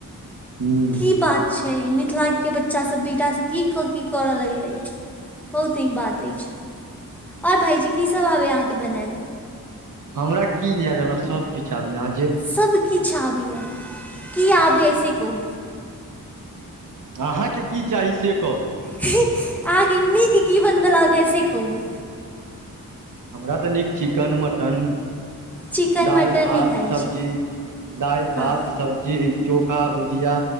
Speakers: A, on the right (about 65°); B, in the centre.
A: हूँ
B: की बात छै मिथिलाके बच्चा सब बेटासब की कऽ की करय लगलै बहुत नीक बात अएछ और भाईजी कीसब आबैये अहाँके बनैल
A: हमरा की नहि आबैये हमरा सब किछ आबैये
B: सबकिछ आबैए की आबैए से कहू
A: अहाँके की चाही से कहू
B: अहाँके नीक की बनबल आबैय से कहू
A: हमरा तऽ नीक चिकन मटन
B: चिकन
A: दालि
B: मटन
A: भात
B: नहि खाइ
A: सब्जी
B: छी
A: दालि
B: हँ
A: भात सब्जी चोखा भुजिया